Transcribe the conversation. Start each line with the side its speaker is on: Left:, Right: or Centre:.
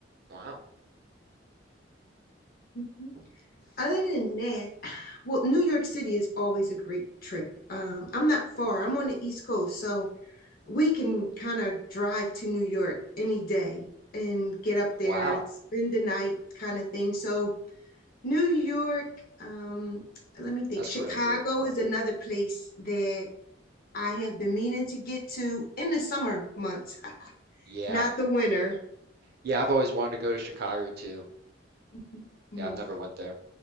Right: Wow.
Left: Mhm. Other than that, well, New York City is always a great trip. Um, I'm not far. I'm on the East Coast, so we can kind of drive to New York any day and get up there
Right: Wow.
Left: and spend the night kind of thing. So New York, um, let me think.
Right: That's
Left: Chicago
Right: cool, really cool.
Left: is another place that I have been meaning to get to in the summer months,
Right: Yeah.
Left: not the winter.
Right: Yeah, I've always wanted to go to Chicago too.
Left: Mhm, mhm.
Right: Yeah, I've never went there.